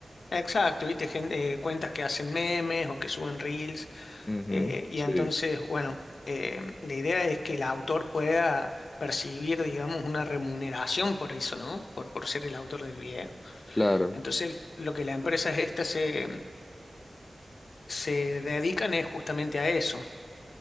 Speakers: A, on the left; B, on the left.
A: exacto, viste, gente, eh, cuentas que hacen memes o que suben reels
B: Ujú,
A: eh, y
B: sí,
A: entonces, bueno, eh, la idea es que el autor pueda percibir, digamos, una remuneración por eso, ¿no? Por, por ser el autor del video.
B: claro.
A: Entonces, lo que la empresa esta se se dedican es justamente a eso.